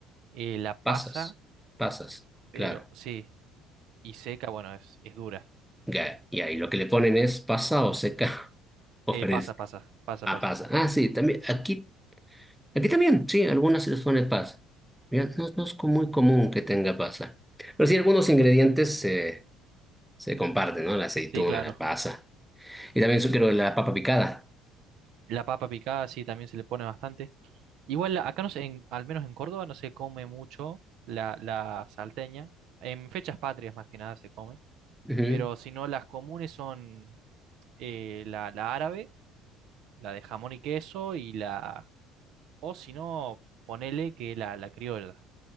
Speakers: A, on the right; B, in the centre.
A: eh, la pasa,
B: pasas, pasas,
A: pero
B: claro.
A: sí, y seca, bueno, es, es dura.
B: Ya, Y ahí lo que le ponen es pasa o seca <laughs> o
A: Eh,
B: fresca.
A: pasa, pasa, pasa,
B: Ah,
A: pasa.
B: pasa. Ah, sí, también aquí. Aquí también, sí, algunas situaciones pasa. Ya, no, no es co- muy común que tenga pasa. Pero sí, algunos ingredientes se, se comparten, ¿no? La aceituna,
A: Sí, claro.
B: la pasa. Y también yo quiero la papa picada.
A: La papa picada, sí, también se le pone bastante. Igual acá no sé, en- al menos en Córdoba no se come mucho la, la salteña. En fechas patrias más que nada se come.
B: Ujú.
A: Pero si no, las comunes son eh, la, la árabe, la de jamón y queso y la... O si no, ponele que la, la criolla.